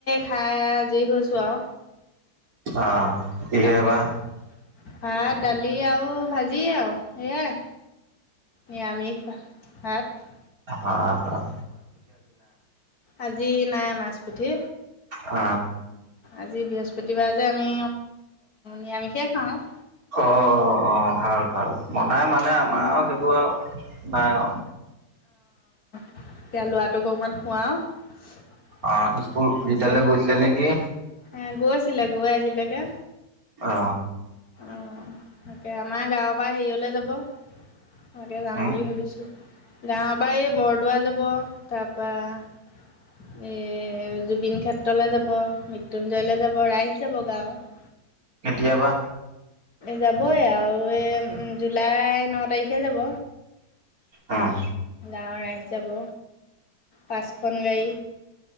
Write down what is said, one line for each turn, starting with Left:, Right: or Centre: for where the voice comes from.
Left: খাই আজৰি হৈছো আও।
Right: আহ কিহে
Left: খাই
Right: বা?
Left: ভাত দালি আউ ভাজি আউ সেয়াই। নিৰামিষ ভাত।
Right: হয়। <unintelligible>
Left: আজি নাই মাছ পুঠি।
Right: অ।
Left: আজি বৃহস্পতিবাৰ যে আমি নিৰামিষেই খাওঁ,
Right: অ অ অ ভাল ভাল মনাই মানে
Left: অ
Right: আমাৰ আৰু সেইবোৰ আৰু নাই আও।
Left: এতিয়া লৰাটোক অকমান খুৱাও।
Right: অ স্কুল
Left: হৈছে
Right: বিদ্যালয়
Left: এ‌
Right: গৈছিলে নেকি
Left: গৈছিলে গৈ আহিলেগে।
Right: অ
Left: অ তাকে আমাৰ গাঁৱৰ পৰা হেৰিঅলে যাব তকে যাম
Right: উম
Left: বুলি ভাবিছো। গাঁওৰ পৰা এই বৰদোৱা যাব তাৰপা। এ জুবিন ক্ষেত্ৰলৈ যাব মৃত্যুঞ্জয় লৈ যাব ৰাইজ যাব গাঁওত
Right: কেতিয়াবা।
Left: যাবই আৰু এই জুলাই ন তাৰিখে যাব।
Right: উম
Left: গাঁওৰ ৰাইজ যাব পাঁচখন গাড়ী,